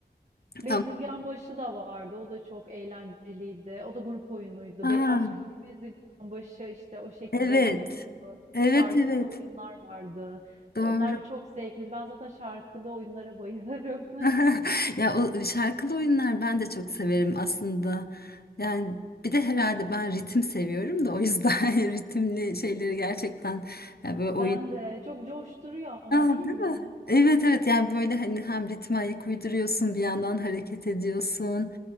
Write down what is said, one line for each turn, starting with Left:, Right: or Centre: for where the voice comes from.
Right: Bezirgan
Left: ama
Right: Başı da vardı. O da çok eğlenceliydi. O da grup oyunuydu.
Left: Aa,
Right: Be Aşk Bezirgan Başı işte o şekilde
Left: evet
Right: oynanıyordu.
Left: evet
Right: Şarkılı
Left: evet
Right: oyunlar vardı.
Left: doğru
Right: Onlar çok zevkliydi. Ben zaten şarkılı oyunlara bayılırım. <laughs>
Left: <laughs> ya o şarkılı oyunlar ben de çok severim aslında yani bir de herhalde ben ritim seviyorum da o yüzden <laughs> ritimli şeyleri gerçekten ya böyle oyun
Right: Ben de çok coşturuyor ama
Left: Ah,
Right: değil
Left: değil
Right: mi?
Left: mi? Evet evet yani böyle hani hem ritme ayak uyduruyorsun bir yandan hareket ediyorsun